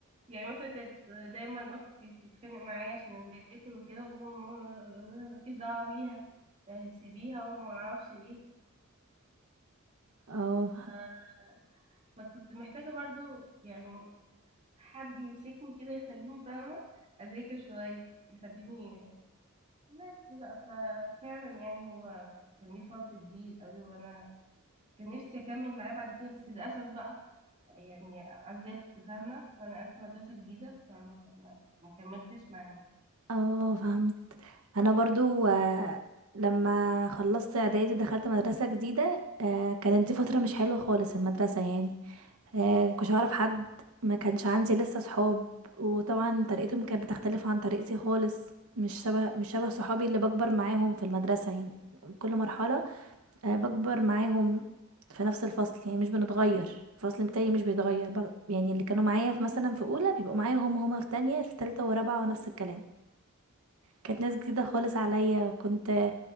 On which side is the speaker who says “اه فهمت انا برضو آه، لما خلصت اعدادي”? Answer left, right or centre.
Right